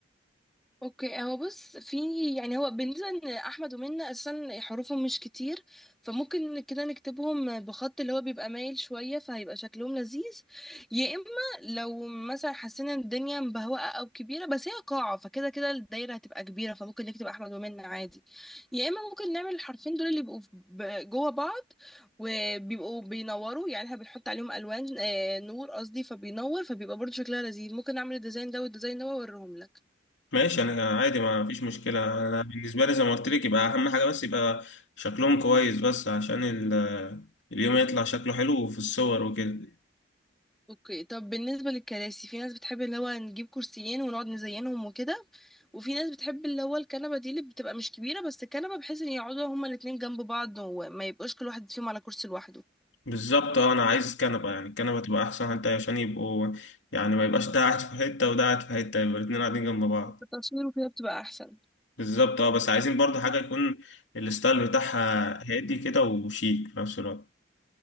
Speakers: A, in the centre; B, on the left.
A: اوكي هو بص في يعني هو بالنسبه ان احمد ومنة اصلا حروفهم مش كتير فممكن كده نكتبهم بخط اللي هو بيبقى مايل شويه فهيبقى شكلهم لذيذ يا اما لو مثلا حسينا ان الدنيا مبهوأه او كبيره بس هي قاعه فكده كده الدايره هتبقى كبيره فممكن نكتب احمد ومنة عادي يا اما ممكن نعمل الحرفين دول اللي بيبقوا في- ب- جوه بعض وبيبقوا بينوروا يعني احنا بنحط عليهم الوان آه، نور قصدي فبينور فبيبقى برضه شكلها لذيذ ممكن نعمل الديزاين ده والديزاين ده واوريهم لك
B: ماشي انا عادي ما فيش مشكلة انا بالنسبة لي زي ما قلت لك يبقى اهم حاجة بس يبقى شكلهم كويس بس عشان ال- اليوم يطلع شكله حلو في الصور وكده
A: اوكي طب بالنسبة للكراسي في ناس بتحب اللي هو نجيب كرسيين ونقعد نزينهم وكده وفي ناس بتحب اللي هو الكنبة دي اللي بتبقى مش كبيرة بس الكنبة بحيث ان يقعدوا هما الاتنين جنب بعض وما يبقوش كل واحد فيهم على كرسي لوحده
B: بالظبط اه انا عايز كنبه يعني الكنبه تبقى احسن حتى عشان يبقوا يعني ما يبقاش ده قاعد في حته وده قاعد في حته يبقى الاتنين قاعدين جنب بعض
A: وفي التصوير وكده بتبقى احسن
B: بالظبط اه بس عايزين برضو حاجه يكون الستايل بتاعها هادي كده وشيك في نفس الوقت